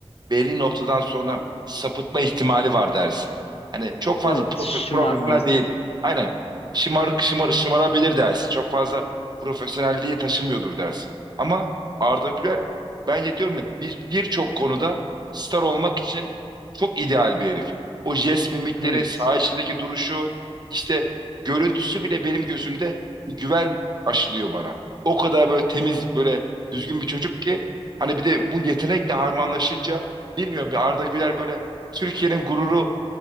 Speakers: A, on the right; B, on the left.
A: belli noktadan sonra sapıtma ihtimali var dersin. Hani çok fazla
B: Evet,
A: profe-
B: şımarmaz.
A: profesyonel değildi. Aynen. Şımarık şımar, şımarabilir dersin. Çok fazla profesyonelliği taşımıyordur dersin. Ama Arda Güler bence diyorum ya bir birçok konuda star olmak için çok ideal bir herif. O jest mimikleri,
B: Evet.
A: saha içindeki duruşu, işte görüntüsü bile benim gözümde bir güven aşılıyor bana. O kadar böyle temiz, böyle düzgün bir çocuk ki hani bir de bu yetenekle harmanlaşınca Bilmiyorum ya Arda Güler böyle Türkiye'nin gururu